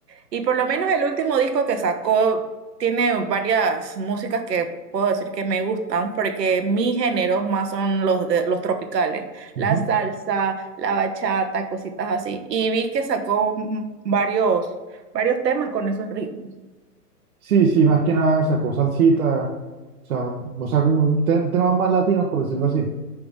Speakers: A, on the right (about 85°); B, on the right (about 60°).
A: Y por lo menos el último disco que sacó tiene varias músicas que puedo decir que me gustan, porque mis géneros más son los de, los tropicales,
B: Ujú.
A: la salsa, la bachata, cositas así. Y vi que sacó mm, varios, varios temas con esos ritmos.
B: Sí, sí, más que nada sacó salsita, o sea, o sea, como un te- temas más latinos, por decirlo así.